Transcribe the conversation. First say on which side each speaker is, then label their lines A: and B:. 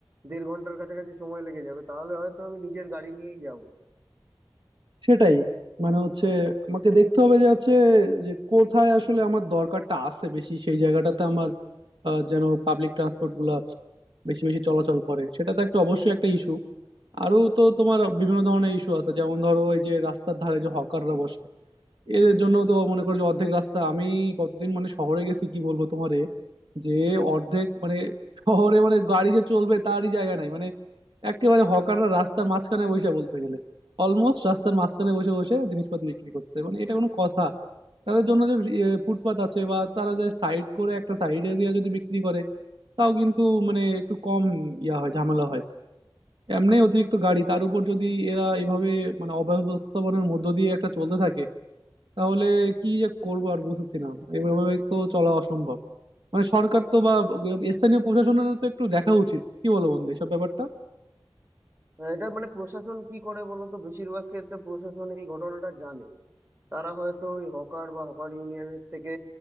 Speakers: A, on the right (about 30°); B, on the right (about 75°).
A: দেড় ঘন্টার কাছাকাছি সময় লেগে যাবে তাহলে হয়তো আমি নিজের গাড়ি নিয়েই যাবো
B: সেটাই মানে হচ্ছে আমাকে দেখতে হবে যে হচ্ছে যে কোথায় আসলে আমার দরকারটা আছে বেশি সেই জায়গাটাতে আমার আহ, যেন পাবলিক ট্রান্সপোর্ট গুলা বেশি বেশি চলাচল করে সেটা তো একটা অবশ্যই একটা ইস্যু আরো তো তোমার বিভিন্ন ধরনের ইস্যু আছে যেমন ধরো এই যে রাস্তার ধারে যে হকাররা বসে এদের জন্য তো মনে করো যে অর্ধেক রাস্তা আমি কতদিন মানে শহরে গেছি কি বলবো তোমারে যে অর্ধেক মানে শহরে মানে গাড়ি যে চলবে তারই জায়গা নাই মানে একেবারে হকাররা রাস্তার মাঝখানে বসে বলতে গেলে অলমোস্ট রাস্তার মাঝখানে বসে বসে জিনিসপত্র বিক্রি করছে মানে এটা কোনো কথা তাদের জন্য যে এ, ফুটপাত আছে বা তারা যে সাইড করে একটা সাইড এরিয়া যদি বিক্রি করে তাও কিন্তু মানে একটু কম ইয়া হয় ঝামেলা হয় এমনি অতিরিক্ত গাড়ি তার উপর যদি এরা এভাবে মানে অব্যবস্থাপনার মধ্য দিয়ে একটা চলতে থাকে তাহলে কি যে করবো আর বুঝতেছি না এভাবে তো চলা অসম্ভব মানে সরকার তো বা স্থানীয় প্রশাসনের তো একটু দেখা উচিত কি বলো বন্ধু এসব ব্যাপারটা
A: আহ, এটা মানে প্রশাসন কি করে বলো তো বেশিরভাগ ক্ষেত্রে প্রশাসন এই ঘটনাটা জানে তারা হয়তো ওই হকার বা হকার ইউনিয়নের থেকে